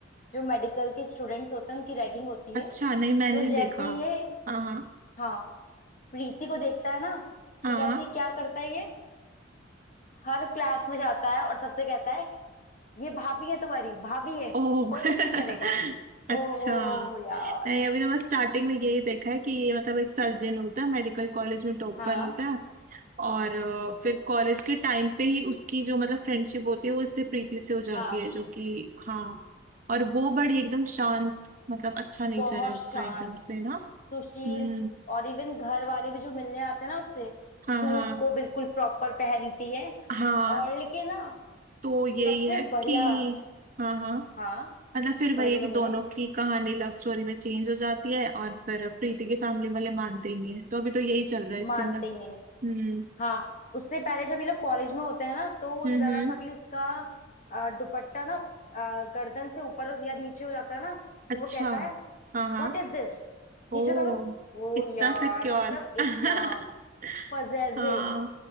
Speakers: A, on the left; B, on the right.
A: जो मेडिकल के स्टूडेंट्स होते हैं उनकी रैगिंग होती
B: अच्छा
A: है
B: नहीं मैंने
A: तो
B: नहीं
A: जैसे
B: देखा
A: ही ये
B: हाँ हाँ
A: हाँ प्रीति को देखता है ना
B: हाँ
A: तो वैसे ही क्या करता है ये हर क्लास में जाता है और सबसे कहता है ये भाभी है तुम्हारी भाभी है
B: ओह
A: कोई
B: <laughs>
A: कुछ नहीं करेगा
B: अच्छा
A: ओहो यार
B: नहीं अभी तो बस स्टार्टिंग में यही देखा है कि ये मतलब एक सर्जन होता है मेडिकल कॉलेज में टॉपर
A: हाँ
B: होता है और अ, फिर कॉलेज के टाइम पे ही उसकी जो मतलब फ्रेंडशिप होती है वो इससे प्रीति से हो जाती
A: हाँ
B: है जो कि हाँ और वो बड़ी एकदम शांत मतलब अच्छा नेचर
A: बहुत
B: है उसका
A: शांत
B: एकदम से ना
A: सुशील
B: हम्म
A: और इवन घर वाले भी जो मिलने आते हैं ना उससे
B: हाँ
A: सूट
B: हाँ
A: को बिल्कुल प्रॉपर पहनती है
B: हाँ
A: और लेकिन ना
B: तो यही
A: सबसे
B: है
A: बढ़िया
B: कि हाँ हाँ
A: हाँ
B: मतलब फिर वही
A: बोलो
B: है
A: बोलो
B: कि दोनों
A: बोलो
B: की कहानी लव स्टोरी में चेंज हो जाती है और फिर प्रीति के फैमिली वाले मानते ही नहीं है तो अभी तो यही चल रहा है इसके
A: मानते
B: अंदर
A: ही नहीं है
B: हम्म
A: हाँ उससे पहले जब ये लोग कॉलेज में होते हैं ना तो
B: हम्म
A: जरा
B: हम्म
A: सा भी उसका अ, दुपट्टा ना अ, गर्दन से ऊपर या नीचे हो जाता है ना
B: अच्छा
A: तो वो कहता है
B: हाँ हाँ
A: व्हाट इज दिस
B: ओ
A: नीचे करो ओ
B: इतना
A: यार
B: सिक्योर
A: मतलब इतना
B: <laughs>
A: पजेसिव
B: हाँ